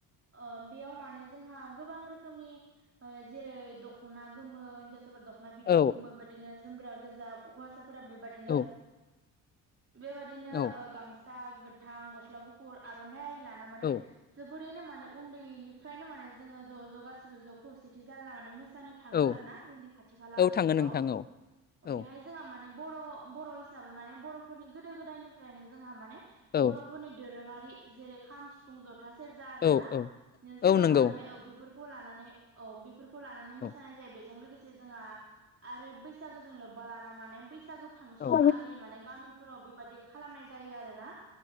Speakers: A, on the right (about 30°); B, on the left (about 25°).
A: ओ बेयाव माने जोंहा गोबां रोखोमनि ओ जेरै दख'ना गोमो हिनजावसाफोर दख'ना बिदन
B: औ
A: गोमो बिदिनो जोमग्रा गोजा हौवासाफोरा बेबादिनो
B: औ
A: बेबायदिनो
B: औ
A: ओ गामसा गोथां गस्ला गुफुर आर'नाइ आरि लाना माने
B: औ
A: जोब रैनो माने उन्दैनिफ्रायनो माने जोङो ज' ज' गासिबो ज' खौसेथि जालायना माने मो सानो थाङो
B: औ
A: आरोना जोंनि खाथि खाला
B: औ
A: ओनसोलफोराव
B: थाङो नोंथां औ औ
A: बेहाय जोंहा माने बर' बर' हिसाबै माने बर'फोरनि गोदो गोदायनिफ्रायनो जोंहा माने
B: औ
A: बर'फोरनि दोरोङारि जेरै खाम सिफुं जथा सेरजा आरोना
B: औ औ
A: जोङो
B: औ नंगौ
A: माने ओ बेफोर खौ लानानै औ बेफोरखौ लानानै
B: औ
A: मोसानाय जायो बेजों लोगोसे जोंहा आरो बैसागो जों लोब्बा लाना माने बैसागो फांसन
B: औ
A: आरि माने गामिफोराव बेबादि खालामनाय जायो आरोना।